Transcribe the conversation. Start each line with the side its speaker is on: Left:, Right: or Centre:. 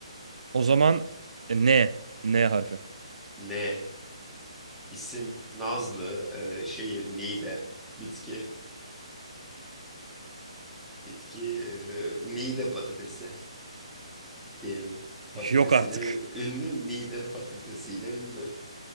Right: O zaman e, N. N harfi.
Centre: Ne? İsim Nazlı, e, şehir Niğde, bitki, bitki e, Niğde patatesi diyelim. Patatesiyle
Right: Yok artık.
Centre: ünlü, Niğde patatesiyle ünlü.